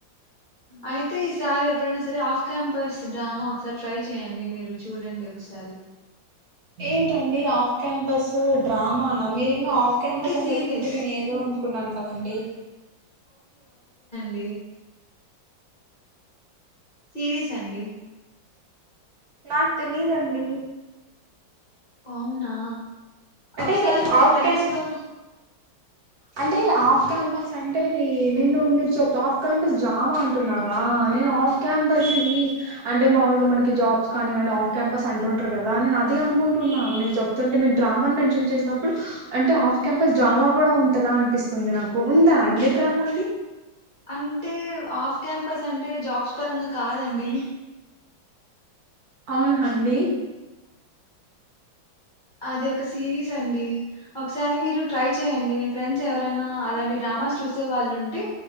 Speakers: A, on the left; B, on the right.
A: అయితే సారి ఎప్పుడైనా సరే ఆఫ్ క్యాంపస్ డ్రామా ఒకసారి ట్రై చేయండి మీరు చూడండి ఒకసారి
B: ఏంటండి ఆఫ్ క్యాంపస్ డ్రామానా మీరి ఇ ఆఫ్ క్యాంపస్
A: ఓకే
B: అని
A: సిరీస్
B: చెప్తుంటే నేను ఏదో అనుకున్నాను కదండి
A: అ సిీరీస్ అండి
B: నాకు తెలిదండి
A: అవునా
B: అంటే
A: ఒకసారి మీ
B: ఆఫ్
A: ఫ్రెండ్స్
B: క్యాం
A: లో
B: అంటే ఆఫ్ క్యాంపస్ అంటేది నేను మీరు చెప్ ఆఫ్ క్యాంపస్ డ్రామా అంటున్నారా నేను ఆఫ్ క్యాంపస్ ఇ అంటే మామలుగా మనకి జాబ్స్ కానివండి ఆఫ్ క్యాంపస్ అంట కదా నేను అదిే అనుకుంటున్నా మీరు చెప్తుే మీ డ్రామా మెన్షన్ చేసినప్పుడు అంటే హాఫ్ క్యాంపస్ డ్రామా కూడా ఉ పట్టదా అనిపిస్తుంది నాకు ఉందా అండడి డ్రామాది
A: అని ఆఫ్ క్యాంపస్ అంట అంటే జాబ్స్ పరంగా కాదండి
B: అవును హడి
A: అది ఒక సిరీస్ అండి ఒకసారి మీరు ట్రై చేయండి మీ ఫ్రెండ్స్ ఎవరనా అలాంటి డ్రామాస్ చూసే వాళ్ళు ఉంటే